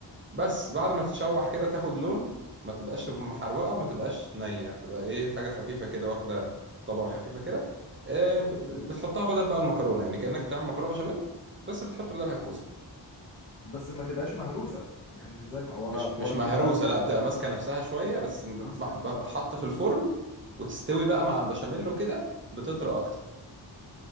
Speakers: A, on the right (about 25°); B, on the left (about 85°).
A: بس بعد ما تتشوح كده تاخد لون ما تبقاش محروقة
B: مم.
A: وما تبقاش نية تبقى ايه حاجة خفيفة كده واخدة طبقة خفيفة كده آه، ب- ب- بتحطها بدل بقى المكرونة يعني كأنك بتعمل مكرونة بشاميل بس بتحط بدلها الكوسة
B: بس ما تبقاش مهروسة يعني مش زي ما ولا
A: مش
B: ولا
A: مش مهروسة
B: بتبقى
A: لا بتبقى ماسكة نفسها شوية بس م- م-
B: ماسكة نفسها
A: بتتحط
B: اه
A: في الفرن وتستوي بقى
B: مم.
A: مع البشاميل وكده بتطرى أكتر